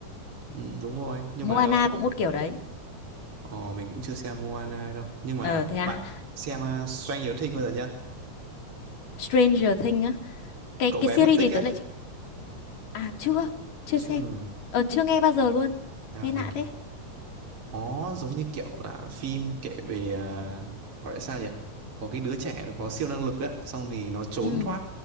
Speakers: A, on the right; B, on the left.
A: ừ, đúng rồi nhưng
B: Moana
A: mà kh-
B: cũng một kiểu đấy
A: ờ, mình cũng chưa xem Moana đâu nhưng mà
B: ờ thế à
A: bạn xem à, Stranger Things bao giờ chưa
B: Stranger Things á cái
A: cậu
B: cái
A: bé
B: series
A: mất tích
B: thì tớ
A: á
B: lại à chưa chưa
A: chưa
B: xem ờ chưa nghe bao giờ luôn
A: à
B: nghe
A: mình
B: lạ thế
A: nó giống như kiểu là phim kể về à, gọi là sao nhỉ có cái đứa trẻ nó có siêu năng lực á xong thì nó trốn
B: ừ
A: thoát